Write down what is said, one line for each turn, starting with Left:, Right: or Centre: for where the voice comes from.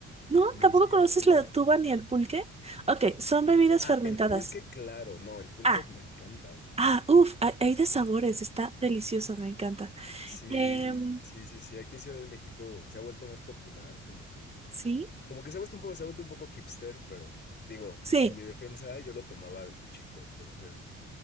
Right: No,
Left: murciélago,
Right: tampoco conoces
Left: ya
Right: la
Left: dime.
Right: tuba ni el pulque. Ok, son bebidas
Left: Ah,
Right: fermentadas.
Left: el pulque, claro, no, el pulque
Right: Ah.
Left: me encanta.
Right: Ah, uff, hay hay de sabores, está delicioso, me encanta.
Left: Sí,
Right: Em,
Left: sí, sí, sí. Aquí en Ciudad de México se ha vuelto más popular, como con,
Right: ¿sí?
Left: como que se ha vuelto un poco, se ha vuelto un poco hipster, pero digo,
Right: Sí,
Left: en mi defensa yo lo tomaba desde chico, entonces.